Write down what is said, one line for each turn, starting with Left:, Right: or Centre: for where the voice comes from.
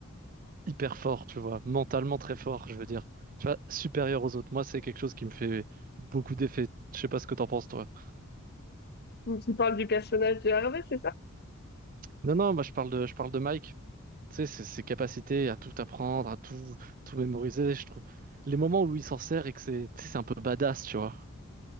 Right: hyper fort, tu vois, mentalement très fort, je veux dire. Tu vois, supérieur aux autres. Moi, c'est quelque chose qui me fait beaucoup d'effet. Je sais pas ce que t'en penses, toi.
Left: Donc, tu parles du personnage de Harvey, c'est ça?
Right: Non, non, moi, je parle de, je parle de Mike. Tu sais, ses, ses capacités à tout apprendre, à tout, tout mémoriser, je trouve. Les moments où il s'en sert et que c'est, tu sais, c'est un peu badass, tu vois.